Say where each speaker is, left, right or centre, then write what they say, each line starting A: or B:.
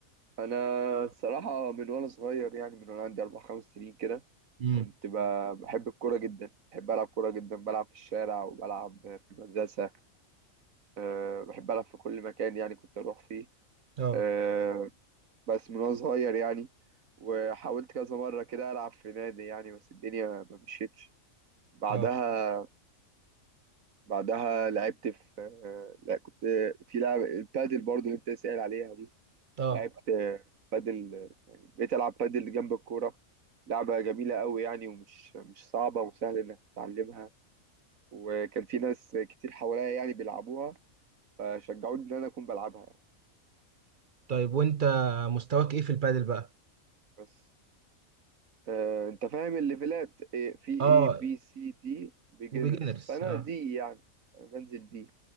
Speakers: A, on the right (about 75°); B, on the right (about 50°).
A: انا الصراحه من وانا صغير يعني من وانا عندي اربع خمس سنين كده
B: امم
A: كنت ب- بحب الكوره جدا بحب العب كوره جدا بلعب في الشارع وبلعب في المدرسه آه، بحب العب في كل مكان يعني كنت اروح فيه
B: اه
A: آه، بس من وانا صغير يعني وحاولت كذا مرة كده ألعب في نادي يعني بس الدنيا ما مشيتش بعدها
B: اه
A: بعدها لعبت في لا كنت في لعب البادل برضو اللي انت سائل عليها دي
B: اه
A: لعبت بادل يعني بقيت ألعب بادل جنب الكورة لعبة جميلة قوي يعني ومش مش صعبة وسهل إنك تتعلمها وكان في ناس كتير حواليا يعني بيلعبوها فشجعوني إن أنا أكون بلعبها يعني
B: طيب وانت مستواك ايه في البادل بقى
A: بس آه، انت فاهم الليفلات إيه، في
B: اه
A: اي بي سي دي بيجنرز
B: وبيجنرز
A: فانا
B: اه
A: دي يعني انا بنزل دي